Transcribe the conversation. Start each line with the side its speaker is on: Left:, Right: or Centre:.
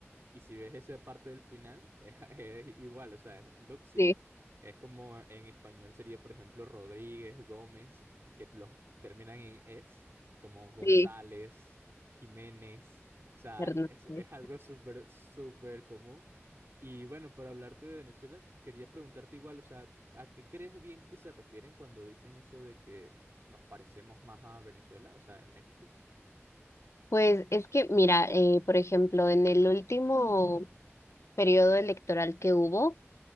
Right: Y si ves esa parte del final, <laughs> es, igual, o sea, es Luxic
Left: Sí,
Right: es como en español sería, por ejemplo, Rodríguez, Gómez, que los terminan en es, como González,
Left: sí,
Right: Jiménez, o sea,
Left: Hernández.
Right: es, es algo súper, súper común. Y bueno, para hablarte de Venezuela, quería preguntarte igual, o sea, ¿a qué crees bien que se refieren cuando dicen eso de que nos parecemos más a Venezuela, o sea, en México?
Left: Pues es que, mira, eh, por ejemplo, en el último periodo electoral que hubo,